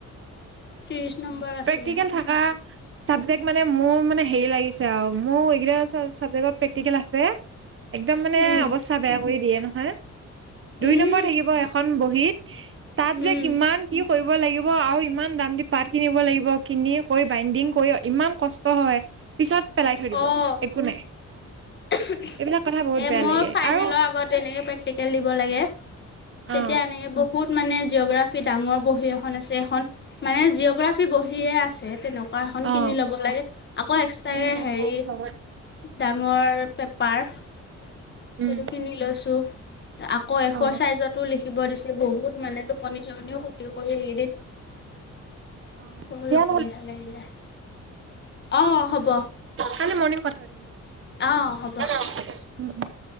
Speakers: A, on the left (about 40°); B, on the right (about 45°).
A: ত্ৰিছ নম্বৰ। আছিলে
B: প্ৰেক্টিকেল থাকা- চাব্জেক্ট মানে মোৰ মানে হেৰি লাগিছে আৰু মোৰ এইকেইটা চা চাব্জেক্টত প্ৰেক্টিকেল আছে- একদম মানে
A: উম
B: অৱস্থা বেয়া কৰি দিয়ে নহয়। দুই
A: উম
B: নম্বৰ থাকিব এখন বহীত, তাত যে
A: উম
B: কিমান কি কৰিব- ৰিব লাগিব আৰু ইমান দাম দি পাঠ- কিনিব লাগিব, কিনি কৰি বাইণ্ডিং কৰিও ইমান কষ্ট হয়। পিছত- পেলাই থৈ দিব,
A: অ'
B: একো নাই।
A: এ
B: এইবিলাক কথা বহুত বেয়া
A: মোৰ
B: লাগে
A: ফাইনেলৰ
B: আৰু
A: আগত এনেকে প্ৰেক্টিকেল দিব লাগে। তেতিয়া
B: অ
A: এনেকে বহুত মানে জিঅ'গ্ৰাফী ডাঙৰ বহী এখন আছে এখন- মানে জিঅগ্ৰাফী বহীয়ে আছে তেনেকুৱা এখন
B: অ
A: কিনি ল'ব লাগে, আকৌ এক্সট্ৰাকে-
B: উম গম
A: হেৰি
B: পাম লগত
A: ডাঙৰ পেপাৰ সেইটো
B: উম
A: কিনি লৈছোঁ। আক আকৌ এফৰ
B: অ
A: চাইজটো লিখিব দিছে বহুত মানে টোপনি চপনিও ক্ষতি কৰি ৰেদী।
B: অ
A: বহু
B: দিয়া
A: অসুবিধা
B: নহ'লে
A: লাগিলে। অঁ হ'ব।
B: কালি মৰ্ণিং কথা পাতিম।
A: অঁ হ'ব।
B: <unintelligible>